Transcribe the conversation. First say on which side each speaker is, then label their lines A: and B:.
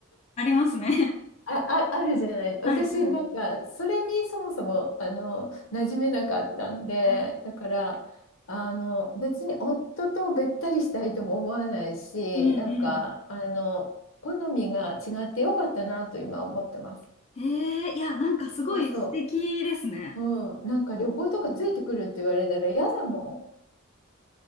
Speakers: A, on the left; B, on the left.
A: ありますね。
B: あ、あ、あるじゃない。
A: <laughs>
B: 私、
A: はいはい。
B: なんか、それにそもそも、あの、馴染めなかったんで、
A: あ、
B: だから、あの、別に夫とべったりしたいとも思わないし、
A: うんうん。
B: なんか、あの、好みが違ってよかったなと今思ってます。
A: ええいや、なんかすごい素敵ですね。
B: そうそう。うん。なんか旅行とかついてくるって言われたら嫌だも
A: うん